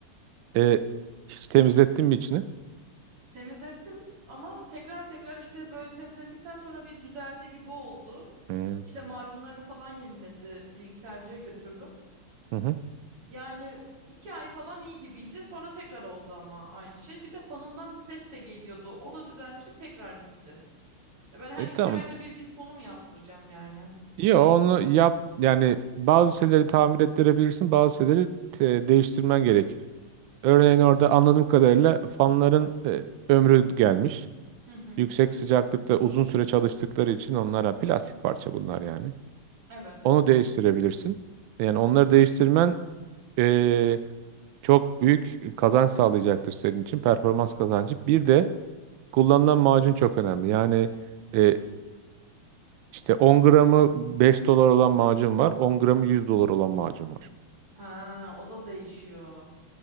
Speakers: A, on the right; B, on the right.
A: E, hiç temizlettin mi içini?
B: Temizlettim ama tekrar tekrar işte böyle temizlettikten sonra bir düzeldi gibi oldu.
A: Hı
B: İşte macunlarını falan yeniledi. Bilgisayarcıya götürdüm.
A: hı. hı.
B: Yani iki ay falan iyi gibiydi. Sonra tekrar oldu ama aynı şey. Bir de fanından ses de geliyordu. O da düzelmişti tekrar gitti. E Ben her
A: E
B: iki
A: tamam.
B: ayda bir gidip onu mu yaptıracağım yani?
A: Yo onu yap. Yani bazı şeyleri tamir ettirebilirsin, bazı şeyleri te- değiştirmen gerekir. Örneğin orada anladığım kadarıyla fanların e, ömrü gelmiş.
B: Hı hı.
A: yüksek sıcaklıkta uzun süre çalıştıkları için onlara plastik parça bunlar yani.
B: Evet.
A: Onu değiştirebilirsin. Yani onları değiştirmen eee, çok büyük kazanç sağlayacaktır senin için. Performans kazancı. Bir de kullanılan macun çok önemli. Yani eee, işte 10 gramı 5 dolar olan macun var. 10 gramı 100 dolar olan macun var.
B: Ha, o da değişiyor.